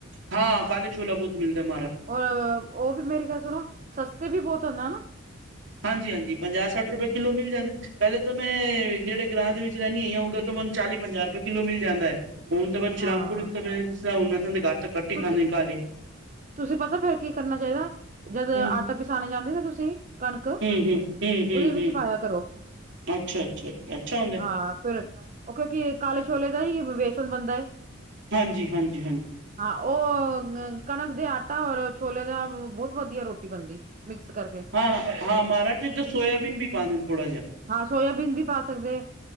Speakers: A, on the right (about 60°); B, on the right (about 40°).
A: ਹਾਂ ਕਾਲ ਛੋਲਾ ਬਹੁਤ ਮਿਲਦਾ ਮਾਰਾ।
B: ਆ ਉਹ ਵੀ ਮੇਰੀ ਗੱਲ ਸੁਣੋ ਸਸਤੇ ਵੀ ਬਹੁਤ ਹੁੰਦਾ ਹਨਾ।
A: ਹਾਂਜੀ - ਹਾਂਜੀ ਪੰਜਾ ਸੱਠ ਰੁਪਏ ਕਿੱਲੋ ਮਿਲ ਜਾਂਦੇ। ਪਹਿਲੇ ਤਾਂ ਮੈਂ ਜਿਹੜੇ ਗਿਰਾਜ ਦੇ ਵਿੱਚ ਰਹਿਨੀ ਆ, ਉਧਰ ਤੋਂ ਮੈਨੂੰ ਚਾਲੀ ਪੰਜਾ ਰੁਪਏ ਕਿੱਲੋ ਮਿਲ ਜਾਂਦਾ ਹੈ। ਹੁਣ ਤਾਂ ਬਸ ਸ਼ਾਮਪੁਰ
B: ਹਾਂ
A: ਉੱਤੇ ਜਿਸ ਤਰ੍ਹਾਂ ਉਨ ਅਸਾਂ ਤੇ ਘਾਹ ਤਾਂ ਕੱਟ ਹੀ
B: ਤੁਸੀਂ
A: ਖਾਂਦੇ ਹ ਘਰ ਈ।
B: ਤੁਸੀਂ ਪਤਾ ਫਿਰ ਕੀ ਕਰਨਾ ਚਾਹੀਦਾ ਜਦ
A: ਹਮ ਹਮ
B: ਆਟਾ ਪਿਸਾਨ ਜਾਂਦੇ ਨਾ ਤੁਸੀਂ ਕਣਕ ਉਹਦੇ
A: ਹਮ ਹਮ ਹਮ
B: ਵਿੱਚ
A: ਹਮ
B: ਪਾਇਆ ਕਰੋ।
A: ਅੱਛਾ, ਅੱਛਾ, ਅੱਛਾ ਹੁੰਦੇ।
B: ਹਾਂ, ਫਿਰ ਉਹ ਕਿਉਂਕਿ ਕਾਲੇ ਛੋਲੇ ਦਾ ਹੀ ਵੇਸਨ ਬਣਦਾ।
A: ਹਾਂਜੀ, ਹਾਂਜੀ, ਹਾਂਜੀ।
B: ਹਾਂ ਉਹ ਕਣਕ ਦੇ ਆਟਾ ਔਰ ਛੋਲੇ ਦਾ ਬਹੁਤ ਵਧੀਆ ਰੋ ਰੋਟੀ ਬਣਦੀ ਮਿਕਸ ਕਰਕੇ।
A: ਹਾਂ ਹਾਂ, ਮਹਾਰਾਜ, ਇਹਦੇ 'ਚ ਸੋਇਆਬੀਨ ਵੀ ਪਾਉਦੇ ਨੇ, ਥੋੜਾ ਜਿਹਾ।
B: ਹਾਂ, ਸੋਇਆਬੀਨ ਵੀ ਪਾ ਸਕਦੇ